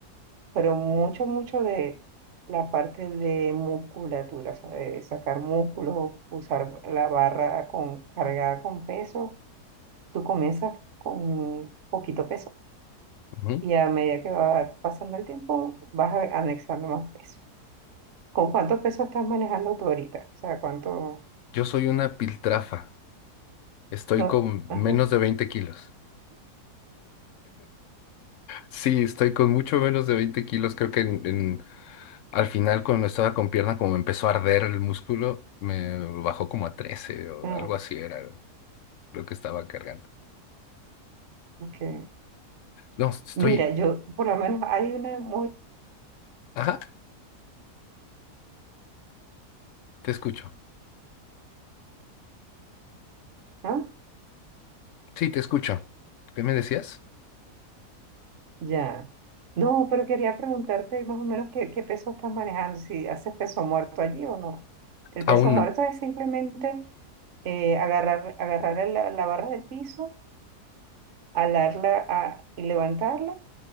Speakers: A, on the right; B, on the left.
A: pero mucho, mucho de la parte de musculatura, o sea, de sacar músculos, usar la barra con, cargada con peso. Tú comienzas con poquito peso
B: Ujú.
A: y a medida que va pasando el tiempo, vas a- anexando más peso. ¿Con cuánto peso estás manejando tú ahorita? O sea, ¿cuánto?
B: Yo soy una piltrafa. Estoy
A: No.
B: con
A: Ajá.
B: menos de 20 kilos. Sí, estoy con mucho menos de 20 kilos. Creo que en- en- al final, cuando estaba con pierna, como me empezó a arder el músculo, me bajó como a 13 o
A: Ah,
B: algo así era lo que estaba cargando.
A: ok.
B: No, estoy.
A: Mira, yo por lo menos hay una muy...
B: Ajá, te escucho.
A: ¿Ah?
B: Sí, te escucho. ¿Qué me decías?
A: Ya. No, pero quería preguntarte más o menos qué, qué peso estás manejando, si haces peso muerto allí o no. El
B: Aún
A: peso muerto
B: no.
A: es simplemente eh, agarrar, agarrar la, la barra del piso, alarla a- y levantarla